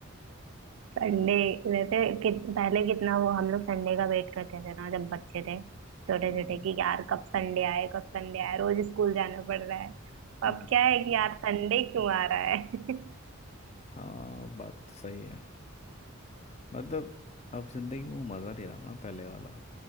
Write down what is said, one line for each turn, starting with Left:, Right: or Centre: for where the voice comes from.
Right: संडे वैसे कि, पहले कितना वो हम लोग संडे का वेट करते थे ना जब बच्चे थे छोटे
Left: हम्म
Right: छोटे कि यार कब संडे आए कब संडे आए रोज स्कूल जाना पड़ रहा है
Left: हम्म,
Right: अब क्या है कि यार संडे क्यों आ रहा है <laughs>
Left: हाँ बात तो सही है मतलब अब जिंदगी में वो मज़ा नहीं रहा ना पहले वाला